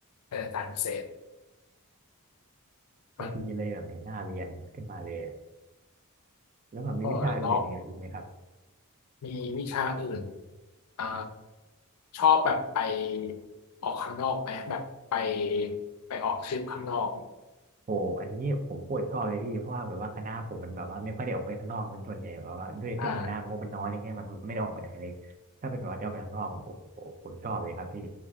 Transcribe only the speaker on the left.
เป็นอาจารย์พิเศษ
มัน
ก็เลาะมีวิชาอื่นอ่าชอบแบบไปออกข้างนอกไหมแบบไปไปออกทริปข้างนอก
อ่า